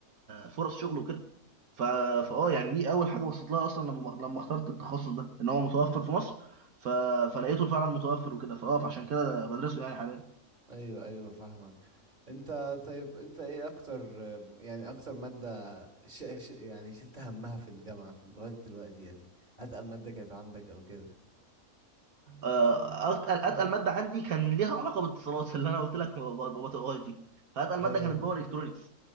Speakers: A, on the right; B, on the right.
A: فرص شغل وكده ف... فاه يعني دي اول حاجه بصيت لها اصلا لما لما اخترت التخصص ده ان هو متوفر في مصر ف... فلقيته فعلا متوفر وكده فاه فعشان كده بدرسه يعني حاليا
B: ايوه ايوه فاهمك انت طيب انت ايه اكتر يعني اكتر مادة ش... ش... يعني شلت همها في الجامعة في لغاية دلوقتي يعني اتقل مادة كانت عندك او كده
A: آه، اتقل اتقل ماده عندي كان ليها علاقه بالاتصالات اللي انا قلت لك ما ما- ما بطقهاش دي فاتقل
B: ايوه
A: ماده كانت باور الكترونكس